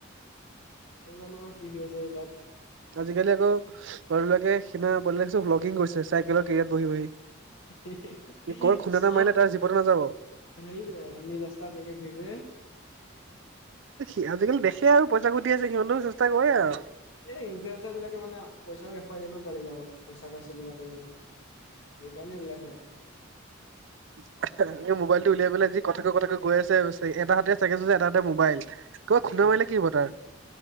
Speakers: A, on the left (about 60°); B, on the right (about 60°).
A: নাজানো আৰু কি কি হৈছে এইবিলাক।
B: আজিকালি আকৌ <unintelligible> বিলাকে <unintelligible> ভ্লগিং কৰিছে চাইকেলৰ কেৰিয়াত বহি বহি।
A: হি হি,
B: ক'ত খুন্দা
A: চ্লপ
B: এটা মাৰিলে তাৰ জীৱনটো নাযাব অ
A: সেইটোৱে মেইন ৰাস্তাত এনেকে ঘুৰি ফুৰে।
B: সি আজিকালি দেখে আৰু পইচা ঘটি আছে সিহতেও চেষ্টা কৰে
A: অ',
B: আৰু।
A: এই ইনফ্লুৱেঞ্চাৰ বিলাকে মানে পইচাও দেখুৱাই দিয় ন' পোৱালিবিলাকক পইচা পাইছো, কিবা কৰিছো। সেইকাৰণে এইবিলাক হয়।
B: <inaudible> এ মোবাইলটো উলিয়াই পেলাই যি কথাকৈ, কথাকৈ গৈ আছে। এটা হাতে চাইকেল চলাইছে এটা হাতে মোবাইল। কবাত
A: সেই
B: খুন্দ মাৰিলে কি হ'ব তাৰ?